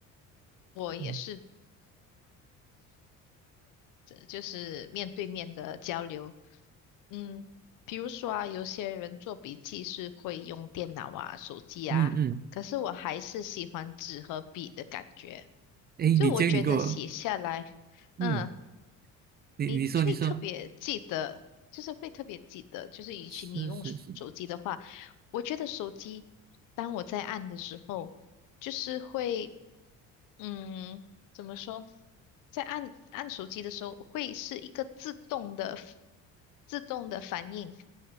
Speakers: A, on the left (about 75°); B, on the right (about 30°).
A: 我也是的，
B: 嗯
A: 就是面对面的交流。嗯，比如说啊，有些人做笔记是会用电脑啊、手机啊，
B: 嗯嗯，
A: 可是我还是喜欢纸和笔的感觉。
B: 诶，
A: 就我觉得写下来，
B: 你这个你给我，嗯，
A: 嗯。
B: 你你说你说，
A: 你会特别记得，就是会特别记得，就是与其你用手手机的话，
B: 是是是，
A: 我觉得手机，当我在按的时候，就是会，嗯，怎么说，在按按手机的时候，会是一个自动的自动的反应，